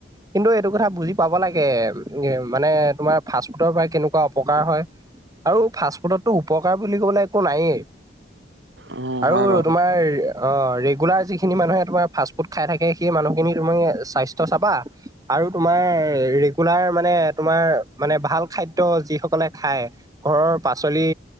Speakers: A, on the right; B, on the right.
A: কিন্তু এইটো কথা বুজি পাব লাগে নে, মানে, তোমাৰ ফাষ্টফুডৰ পৰা কেনেকুৱা অপকাৰ হয় আৰু ফাষ্টফুডতটো উপকাৰ বুলি ক'বলৈ একো নায়েই।
B: উম
A: আৰু
B: হয় বাৰু
A: তোমাৰ
B: সেইটো
A: অ', ৰেগুলাৰ যিখিনি মানুহে তোমাৰ, ফাষ্টফুড খাই থাকে, সেই মানুহখিনিৰ তুমি স্বাস্থ্য চাবা আৰু তোমাৰ, ৰেগুলাৰ মানে, তোমাৰ মানে, ভাল খাদ্য যিসকলে খায় ঘৰৰ পাচলি